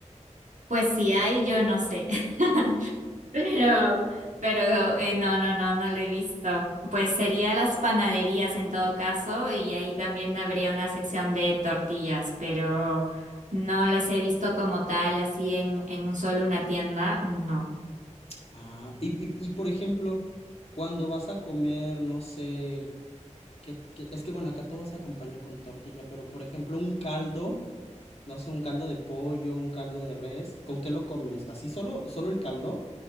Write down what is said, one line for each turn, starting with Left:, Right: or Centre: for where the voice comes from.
Right: Pues si hay, yo no sé. <laughs> Pero, pero eh, no, no, no, no lo he visto. Pues sería las panaderías en todo caso, y ahí también habría una sección de tortillas, pero no las he visto como tal, así en, en un solo una tienda, no.
Left: Ah, y, y- y, por ejemplo, cuando vas a comer, no sé, qué t- qué- es que bueno, acá todo se acompaña con tortilla, pero por ejemplo, un caldo, no sé, un caldo de pollo, un caldo de res, ¿con qué lo comes? ¿Así solo, solo el caldo?